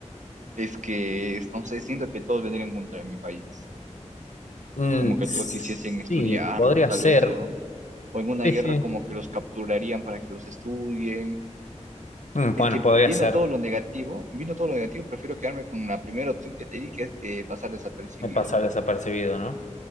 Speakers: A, on the right; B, on the left.
A: Es que, no sé, siento que todos vendrían contra mi país,
B: Mm,
A: como que
B: sí,
A: todos quisiesen estudiarlos
B: podría
A: tal
B: ser.
A: vez, o, o en una
B: Sí,
A: guerra
B: sí.
A: como que los capturarían para que los estudien.
B: Mm, bueno,
A: Es que
B: podría
A: viendo
B: ser
A: todo lo negativo, viendo todo lo negativo, prefiero quedarme con la primera opción que te di, que es de pasar desapercibido.
B: eh, pasar desapercibido, ¿no?